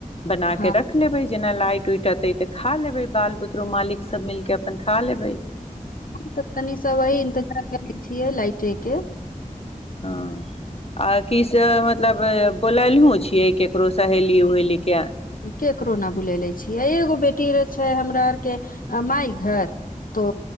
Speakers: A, on the left; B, on the left.
A: <inaudible> बनाकेँ
B: हँ
A: रख लेबय जेना लाइट टू ते तऽ खा लेबै <unintelligible> बाल बुतरो मालिक सब मिलकेँ। तनिका खा लेबय।
B: हम तऽ तनि सब वही इन्तजार करै छियैक लाइटेकेँ
A: हँ आ कि से मतलब बोललहो छियैक क केकरो सहेली उहेली के
B: केकरो नहि बुलेले छियैक एगो बेटी छै हमरा आरकेँ <unintelligible> माइ घर तो